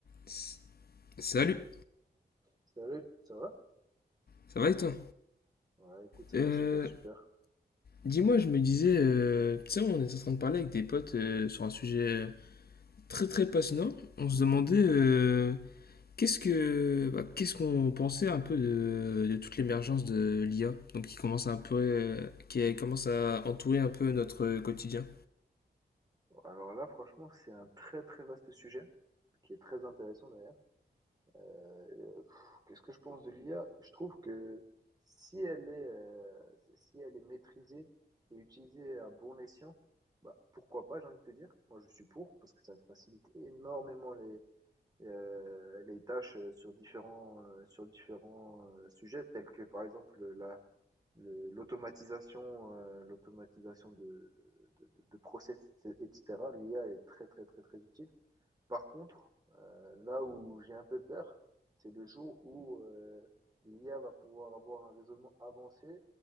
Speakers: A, on the left; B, on the right.
A: S- Salut,
B: Salut, ça va?
A: ça va et toi?
B: Ouais, écoute, ça
A: Euh,
B: va super, super.
A: dis-moi, je me disais, euh, tu sais, on est en train de parler avec des potes euh, sur un sujet très très passionnant. On se demandait euh, qu'est-ce que, bah, qu'est-ce qu'on pensait un peu de, de toute l'émergence de l'IA, donc qui commence à un peu, euh, qui commence à entourer un peu notre quotidien.
B: Alors là, franchement, c'est un très très vaste sujet, qui est très intéressant d'ailleurs. Euh, pff, qu'est-ce que je pense de l'IA? Je trouve que si elle est, euh, si elle est maîtrisée et utilisée à bon escient, bah, pourquoi pas, j'ai envie de te dire. Moi, je suis pour, parce que ça facilite énormément les, euh, les tâches euh, sur différents, euh, sur différents euh, sujets, tels que par exemple la, le- l'automatisation, euh, l'automatisation de, de, de- de process, etc. L'IA est très, très, très, très utile. Par contre, euh, là où j'ai un peu peur, c'est le jour où euh, l'IA va pouvoir avoir un raisonnement avancé